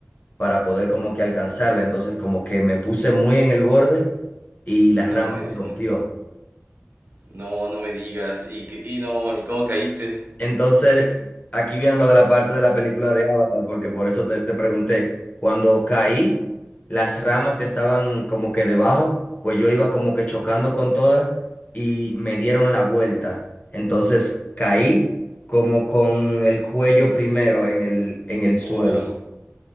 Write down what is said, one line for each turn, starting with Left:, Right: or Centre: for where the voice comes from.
Left: para poder como
Right: No,
Left: que alcanzarla. Entonces, como que me puse muy en el borde y la
Right: no
Left: rama
Right: me
Left: se
Right: digas.
Left: rompió.
Right: No, no me digas. Y, que- y no, ¿y cómo caíste?
Left: Entonces, aquí viene lo de la parte de la película de Avatar, porque por eso te, te pregunté, cuando caí, las ramas que estaban como que debajo, pues yo iba como que chocando con todas y me dieron la vuelta. Entonces, caí como con el cuello primero en el, en el suelo.
Right: Oh,